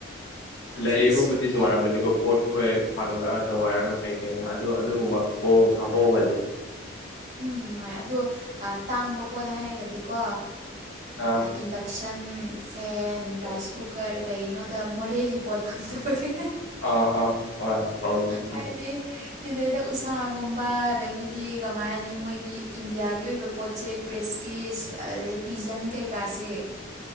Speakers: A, on the right (about 40°); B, on the left (about 65°).
A: ꯐꯖꯅ
B: ꯂꯩꯕꯕꯨꯗꯤ
A: ꯁꯤꯠꯂꯦ
B: ꯅꯨꯡꯉꯥꯏꯔꯝꯒꯅꯤꯀꯣ ꯄꯣꯠꯈꯣꯏ ꯐꯪꯉ ꯅꯨꯡꯉꯥꯏꯔꯒ ꯀꯩ ꯀꯩꯅꯣ ꯑꯗꯨ ꯑꯗꯨꯒꯨꯝꯕ ꯍꯣꯡꯉꯗꯤ
A: ꯎꯝ ꯅꯨꯡꯉꯥꯏ ꯑꯗꯣ ꯇꯥꯡꯕ ꯄꯣꯠ ꯍꯥꯏꯔꯒꯗꯤꯀꯣ
B: ꯑꯥ
A: ꯏꯟꯗꯛꯁꯟ ꯁꯟ
B: <inaudible>
A: ꯔꯥꯏꯁ ꯀꯨꯀꯔ ꯀꯩꯒꯤꯅꯣꯗ ꯃꯣꯔꯦꯒꯤ ꯄꯣꯠ ꯐꯪꯗꯕꯒꯤ
B: ꯑꯥ ꯑꯥ ꯍꯣꯢ
A: ꯍꯥꯏꯗꯤ ꯁꯤꯗꯩꯗ ꯎꯁꯥꯒꯨꯝꯕ ꯑꯗꯒꯤꯗꯤ ꯀꯃꯥꯏꯅꯤ ꯃꯣꯏꯒꯤ ꯏꯟꯗꯤꯌꯥꯒꯤ ꯑꯣꯏꯕ ꯄꯣꯠꯁꯦ ꯄ꯭ꯔꯦꯁꯇꯤꯁ ꯑꯗꯩ ꯄꯤꯖꯟ ꯀꯩꯀꯥꯁꯦ